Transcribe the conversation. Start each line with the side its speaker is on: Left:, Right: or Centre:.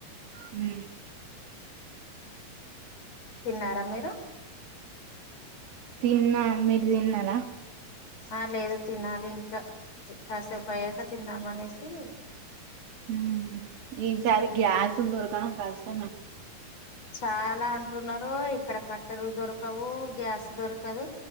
Right: హు
Left: తిన్నారా మీరు
Right: తిన్నా మీరు తిన్నారా
Left: ఆ లేదు తినాలి ఇంకా కాసేపు అయ్యాక తిన్నామ అనేసి
Right: హు ఈసారి గ్యాస్ లు దొరకడం కష్టం మే
Left: చాలా అంటున్నారు ఇక్కడ కట్టెలుదొరకవు గ్యాస్ దొరకదు